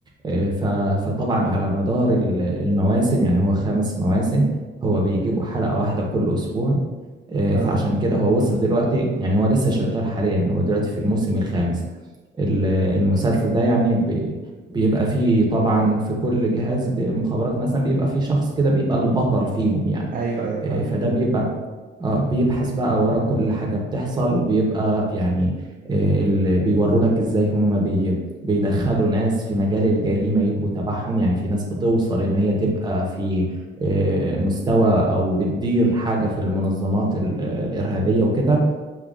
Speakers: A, on the right; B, on the right.
A: آه، ف- فطبعا على مدار ال- المواسم يعني هو خمس مواسم هو بيجيبوا حلقة واحدة كل اسبوع آه،
B: اه
A: فعشان كده هو وصل دلوقتي يعني هو لسه شغال حاليا هو دلوقتي في الموسم الخامس ال- المسلسل ده يعني بي- بيبقى فيه طبعا في كل جهاز بمخابرات مثلا بيبقى فيه شخص كده بيبقى البطل فيهم يعني
B: ايوه ايوه فاهم
A: آه، فده بيبقى آه، بيبحث بقى ورا كل حاجة بتحصل وبيبقى يعني آه، اللي بيوروا لك ازاي هم بي بيدخلوا ناس في مجال الجريمة يبقوا تبعهم يعني في ناس بتوصل ان هي تبقى في آه، مستوى او بتدير حاجة في المنظمات ال- الإرهابية وكده